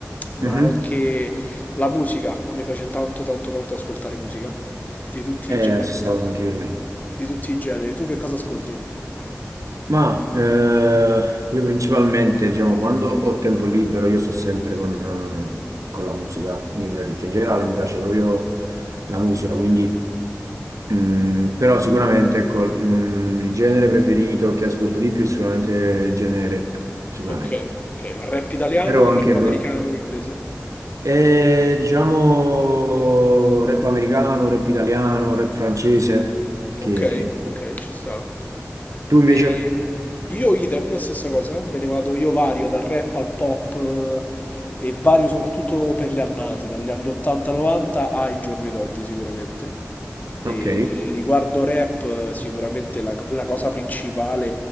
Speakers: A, on the left; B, on the right.
A: ma
B: Mhm.
A: anche la musica, a me piace tanto tanto tanto ascoltare musica, di tutti
B: È
A: i generi,
B: la stessa cosa anche per me.
A: di tutti i generi. Tu che cosa ascolti?
B: Ma eh, io principalmente, diciamo, quando ho tempo libero, io sto sempre con, eh, con la musica nelle orecchie. In generale mi piace proprio la musica, quindi, mm, però sicuramente, ecco, mm, il genere preferito che ascolto di più è sicuramente il genere rap, sicuramente.
A: Ok, ok, ma rap italiano
B: Però
A: o
B: anche
A: rap
B: il
A: americano
B: ro-
A: o inglese?
B: e, diciamo, rap americano, rap italiano, rap francese,
A: Ok,
B: che...
A: ok, ci sta.
B: Tu invece?
A: E io idem, stessa cosa, me ne vado, io vario dal rap al pop eh, e vario soprattutto per le annate, dagli anni 80-90 ai giorni d'oggi sicuramente. E
B: Ok,
A: riguardo rap, eh, sicuramente la, la cosa principale